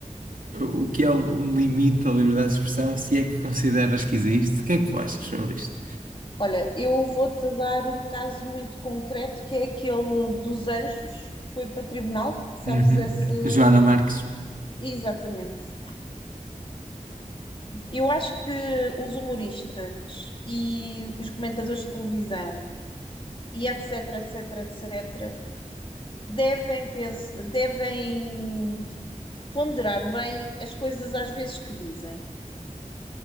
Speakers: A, on the right; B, on the left.
A: o que é um limite da liberdade de expressão, se é que consideras que existe? O que é que tu achas sobre isto?
B: Olha, eu vou-te dar um caso muito concreto que é aquele dos anjos que foi para tribunal, sabes
A: Uhum.
B: esse?
A: Joana Marques.
B: Exatamente. Eu acho que os humoristas e os comentadores de televisão e etc, etc, etc, devem, pens- devem ponderar bem as coisas às vezes que dizem.